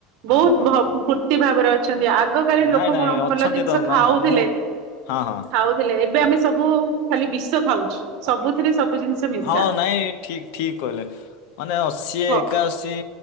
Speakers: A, on the right; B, on the left.
A: ବହୁତ
B: ହଁ ହଁ
A: ଭ
B: ହଁ
A: ଫୁର୍ତ୍ତି ଭାବରେ ଅ ଚନ୍ତି ଆଗ କାଳରେ
B: ନାଇଁ
A: ଲୋକ
B: ନାଇଁ
A: କଣ
B: ଅଛନ୍ତି
A: ଭଲ ଜିନିଷ
B: ତ
A: ଖାଉଥିଲେ
B: ମାନେ ମୁଁ ହଁ ହଁ
A: ଖାଉଥିଲେ ଏବେ ଆମେ ସବୁ ଖାଲି ବିଷ ଖାଉଛୁ। ସବୁଥିରେ ସବୁ ଜିନିଷ ମିଶା।
B: ହଁ ନାଇଁ ଠିକ ଠିକ କହିଲେ ମାନେ ଅଶୀ
A: ହ
B: ଏକାଅଶୀ